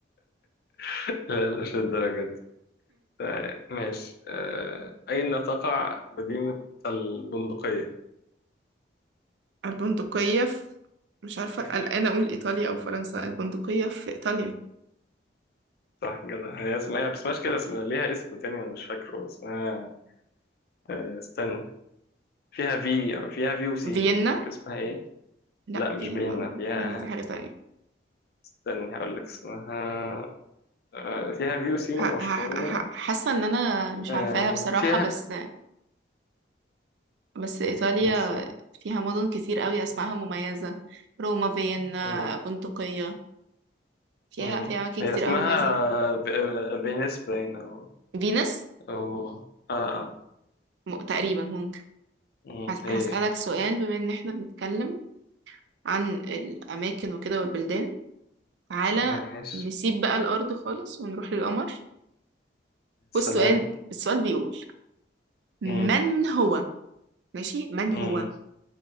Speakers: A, on the left; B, on the right.
A: <laughs> لا لا مش للدرجة آه، ماشي آه، أين تقع مدينة البندقية؟
B: البندقية في مش عارفة
A: مم،
B: قلقانة اقول ايطاليا او فرنسا البندقية في ايطاليا
A: صح كده هي اسمها بس مش كده اسمها ليها اسم تاني أنا مش فاكره اسمها آه، استنى فيها في أو فيها في وسي
B: فيينا
A: مش فاكر اسمها إيه
B: لا
A: لا مش
B: فيينا
A: بينا فيها
B: فيينا دي حاجة تانية
A: استني هقول لك اسمها آه، فيها في وسي
B: ح-
A: ومشهورة
B: ح- ح- حاسة ان انا مش
A: آه،
B: عارفاها بصراحة
A: فيها
B: بس بس ايطاليا
A: استنى.
B: فيها مدن كتير قوي اسمائها مميزة روما فيينا
A: مم،
B: بندقية فيها
A: مم.
B: فيها اماكن
A: هي
B: كتير
A: اسمها
B: قوي مميزة
A: آه، ب- آه، فينيس باين أو
B: فينس
A: أو آه آه
B: م- تقريبا ممكن
A: مم.
B: هس-
A: هي
B: هسألك
A: هي
B: سؤال بما ان احنا بنتكلم عن الاماكن وكده والبلدان تعالى
A: ماشي
B: نسيب بقى الارض خالص ونروح للقمر والسؤال
A: سلام
B: السؤال بيقول من
A: مم.
B: هو ماشي من
A: مم.
B: هو